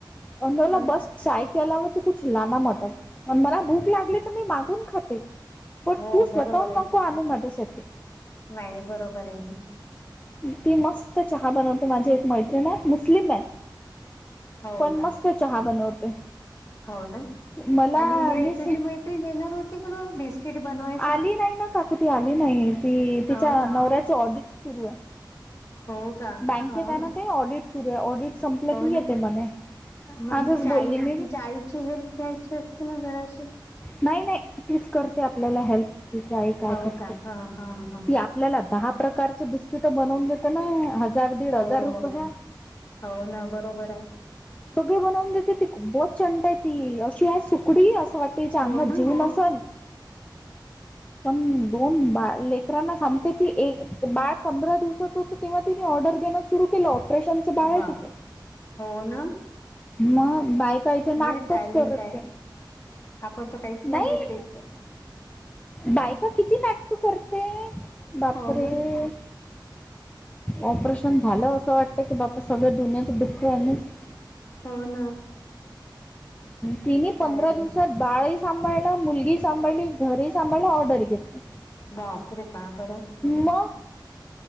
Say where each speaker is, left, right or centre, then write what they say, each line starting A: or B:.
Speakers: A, on the left (about 15°); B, on the left (about 35°).
A: मी बोल
B: हं.
A: बस चाय केलावर तू कुछ लानामत मला भूक लागली तर मी मागून खाते पण
B: हो
A: तू स्वतःहून
B: बरोबर आहे
A: नको आणू माझ्यासाठी.
B: नाही बरोबर आहे ना.
A: ती मस्त चहा बनवते माझी एक मैत्रिण आहे मुस्लिम आहे.
B: हो
A: पण
B: का
A: मस्त चहा बनवते.
B: हो ना?
A: मला
B: आणि हे
A: मी स-
B: तुझी मैत्री नेणार होती की ना बिस्किट बनवायसाठी.
A: आली नाही ना काकू ती आली नाही ती
B: अ
A: तिच्या नवऱ्याच ऑडिट सुरू आहे.
B: हो. का
A: बँकेत
B: अ
A: आहे ना ते ऑडिट सुरू आहे ऑडिट संपलं
B: हो
A: की
B: ना
A: येते म्हणे.
B: मग
A: आजच
B: तिच्या
A: बोलली
B: आई
A: मी
B: तिच्या आईची हेल्प घ्यायची असते ना जराशी.
A: नाही नाही तीच करते आपल्याला हेल्प तिच्या आई काय
B: हो
A: करते
B: का हा हा हा
A: ती आप आपल्याला दहा प्रकारची बिस्किट बनवून देतना हजार दीड हजार
B: हो
A: रुप
B: हो
A: हा
B: हो ना बरोबर आहे
A: सगळे बनवून देते बोहत चंट आहे ती अशी आहे सुकडी असं वाटते याच्या अंगात
B: हो ना
A: जीव
B: हो
A: नसंल <unintelligible> पण दोन बाळ लेकरांना सांगते ती एक बाळ पंधरा दिवसच हो तेव्हा तिने ऑर्डर घेणं सुरु केलं ऑपरेशनच बाळ आहे
B: बाप
A: तिच.
B: हो ना
A: मग बाय काही ते नाटकच
B: लय टॅलेंट
A: करते.
B: आहे आपण तर काहीच
A: नाही,
B: देत येत
A: बायका किती नाटक करते. बापरे.
B: हो ना
A: ऑपरेशन झालं असं वाटतंय, ‌की बाप्पा सगळं दुनयेचं दुःख <unintelligible>
B: हो ना.
A: तिने पंधरा
B: काय
A: दिवसात
B: ग
A: बाळही सांभाळला, मुलगी सांभाळली, घरी सांभाळला, ऑर्डर घेतली.
B: बापरे पाहा बरं.
A: मग